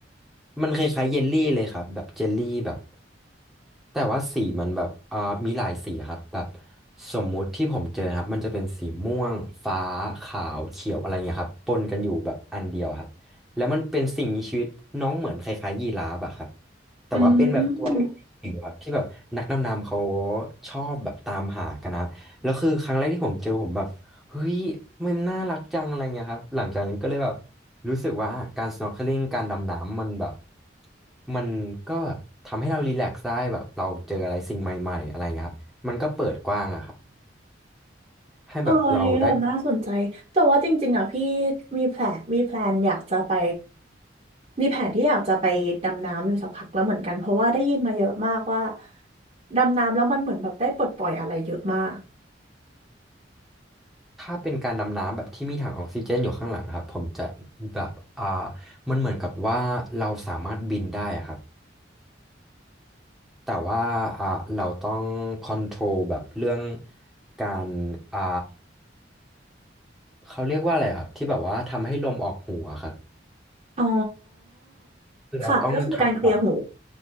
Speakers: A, in the centre; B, on the right.
A: มันคล้ายๆเยลลี่เลยครับแบบเจลลี่แบบ แต่ว่าสีมันแบบอ่ามีหลายสีครับแบบสมมุติที่ผมเจอครับมันจะเป็นสีม่วงฟ้าขาวเขียวอะไรเงี้ยครับปนกันอยู่แบบอันเดียวครับแล้วมันเป็นสิ่งมีชีวิตน้องเหมือนคล้ายๆยีราฟอะครับแต่ว่าเป็นแบบตัวเล็กจิ๋วครับที่แบบนักดำน้ำเขา
B: อืม
A: ชอบแบบตามหากันนะครับแล้วคือครั้งแรกที่ผมเจอผมแบบ เฮ้ยมันน่ารักจังอะไรเงี้ยครับหลังจากนั้นก็เลยแบบรู้สึกว่าการ snorkeling การดำน้ำมันแบบมันก็แบบทำให้เรารีแลกซ์ได้แบบเราเจออะไรสิ่งใหม่ๆอะไรเงี้ยครับมันก็เปิดกว้างอะครับให้แบบเราได้
B: เอออันนี้แบบน่าสนใจแต่ว่าจริงๆอ่ะพี่มีแผนมีแพลนอยากจะไปมีแผนที่อยากจะไปดำน้ำอยู่สักพักแล้วเหมือนกัน เพราะว่าได้ยินมาเยอะมากว่า ดำน้ำแล้วมันเหมือนแบบได้ปลดปล่อยอะไรเยอะมาก
A: ถ้าเป็นการดำน้ำแบบที่มีถังออกซิเจนอยู่ข้างหลังครับผมจะแบบอ่ามันเหมือนกับว่าเราสามารถบินได้อะครับ แต่ว่าอ่าเราต้องคอนโทรลแบบเรื่องการอ่าเขาเรียกว่าอะไรครับที่แบบว่าทำให้ลมออกหูอะครับ
B: อ๋อ
A: คือเราต้องทำแบบ
B: ค่ะก็คือการเคลียร์หู